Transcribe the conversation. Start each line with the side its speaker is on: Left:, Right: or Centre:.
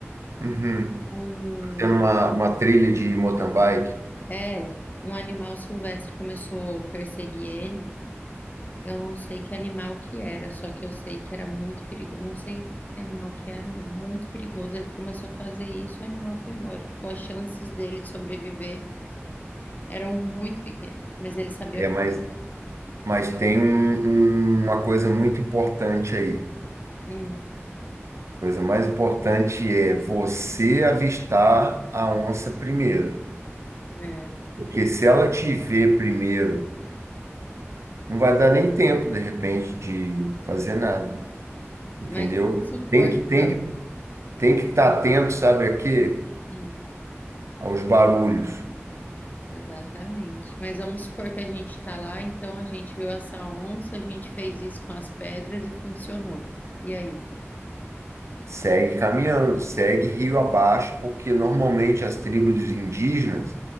Right: uhum,
Left: Um,
Right: tem uma, uma trilha de mountain bike,
Left: é, um animal silvestre começou a perseguir ele. Eu não sei que animal que era, só que eu sei que era muito perigoso. Não sei que animal que era, não, muito perigoso. Ele começou a fazer isso, o animal foi embora. Tipo, as chances dele de sobreviver. Eram muito pequenos, mas ele sabia
Right: é, mas,
Left: falar.
Right: mas tem um- um- uma coisa muito importante aí.
Left: Hum,
Right: A coisa mais importante é você avistar a onça primeiro.
Left: é.
Right: Porque se ela te ver primeiro Não vai dar nem tempo, de repente, de fazer nada, entendeu?
Left: Mas vamos supor.
Right: Tem que tem
Left: então,
Right: que tem que estar atento, sabe aqui,
Left: hum,
Right: aos barulhos.
Left: exatamente. Mas vamos supor que a gente está lá, então a gente viu essa onça, a gente fez isso com as pedras e funcionou. E aí?
Right: Segue caminhando, segue rio abaixo, porque normalmente as tribos indígenas,